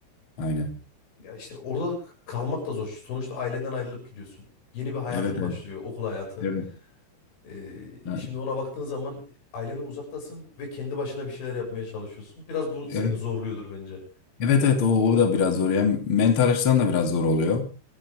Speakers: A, on the left (about 35°); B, on the left (about 85°).
A: Aynen.
B: Ya işte orada kalmak da zor. Sonuçta ailenden ayrılıp gidiyorsun. Yeni bir hayatın
A: Evet evet.
B: başlıyor, okul hayatı.
A: Evet.
B: Ee,
A: Ha,
B: şimdi ona baktığın zaman ailenden uzaktasın ve kendi başına bir şeyler yapmaya çalışıyorsun. Biraz bu seni
A: Evet
B: zorluyordur bence.
A: evet, evet o, o da biraz zor. Hem mental açıdan da biraz zor oluyor.